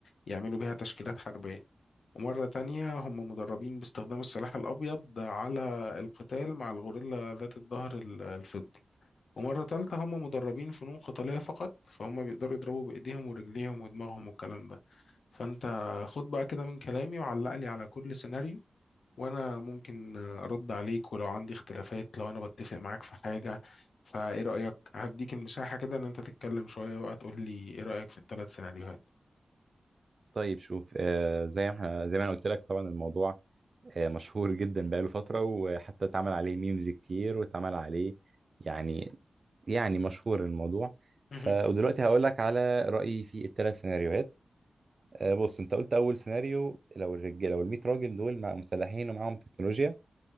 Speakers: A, on the left; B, on the right.
A: يعملوا بيها تشكيلات حربية ومرة تانية هم مدربين باستخدام السلاح الأبيض على القتال مع الغوريلا ذات الظهر ال- الفضي ومرة تالتة هم مدربين فنون قتالية فقط فهم بيقدروا يضربوا بإيديهم ورجليهم ودماغهم والكلام ده فأنت خد بقى كده من كلامي وعلق لي على كل سيناريو وانا ممكن ارد عليك ولو عندي اختلافات لو انا بتفق معاك في حاجة فايه رأيك هديك المساحة كده ان انت تتكلم شوية بقى تقول لي ايه رأيك في الثلاث سيناريوهات
B: طيب شوف آه زي ما احنا زي ما انا قلت لك طبعا الموضوع آه مشهور جدا بقاله فترة وحتى اتعمل عليه ميمز كتير واتعمل عليه يعني يعني مشهور الموضوع ف
A: مهم.
B: ودلوقتي هقول لك على رأيي في الثلاث سيناريوهات آه، بص انت قلت اول سيناريو لو الرجاله لو ال 100 راجل دول مع مسلحين ومعاهم تكنولوجيا